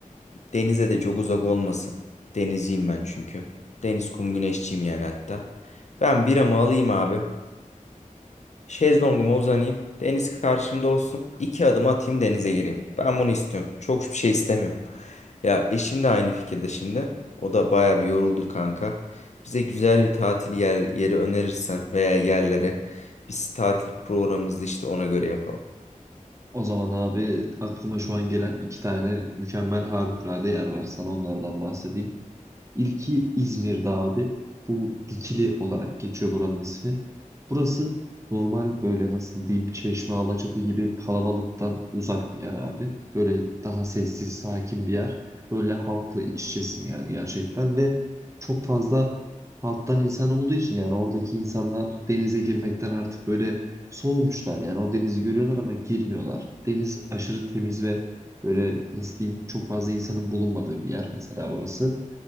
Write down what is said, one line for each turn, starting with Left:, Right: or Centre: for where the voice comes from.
Left: Denize de çok uzak olmasın. Denizciyim ben çünkü. Deniz kum güneşçiyim yani hatta. Ben biramı alayım abi. Şezlonguma uzanayım. Deniz karşımda olsun. İki adım atayım denize gireyim. Ben bunu istiyorum. Çok bir şey istemiyorum. Ya eşim de aynı fikirde şimdi. O da baya bir yoruldu kanka. Bize güzel bir tatil yer, yeri önerirsen veya yerlere biz tatil programımızı işte ona göre yapalım.
Right: O zaman abi aklıma şu an gelen iki tane mükemmel harikulade yer var. Sana onlardan bahsedeyim. İlki İzmir'de abi. Bu Dikili olarak geçiyor buranın ismi. Burası normal böyle nasıl diyeyim Çeşme, Alaçatı gibi kalabalıktan uzak bir yer abi. Böyle daha sessiz, sakin bir yer. Böyle halkla iç içesin yani gerçekten ve çok fazla halktan insan olduğu için yani oradaki insanlar denize girmekten artık böyle soğumuşlar. Yani o denizi görüyorlar ama girmiyorlar. Deniz aşırı temiz ve böyle nasıl diyeyim çok fazla insanın bulunmadığı bir yer mesela orası.